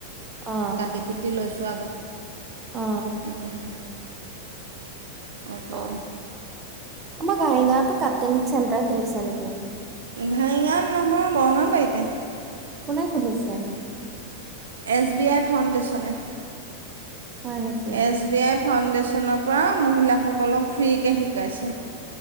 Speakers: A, on the right (about 20°); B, on the right (about 65°).
A: অ
B: কাটি-কুটি লৈছো আগত।
A: অ
B: উম। অকৌ
A: অ আমাৰ ঘাঁহিগাঁওতো কাটিং চেণ্টাৰ খুলিছে নেকি?
B: ঘাইঙাত নহয়, বৰঙাবাৰীতে।
A: কোনে খুলিছে?
B: এছ বি আই ফাউণ্ডেশ্যনে।
A: হয় নেকি?
B: এছ বি আই ফাউণ্ডেশ্যনৰ পৰা মহিলাসকলক ফ্ৰীকে শিকাইছে।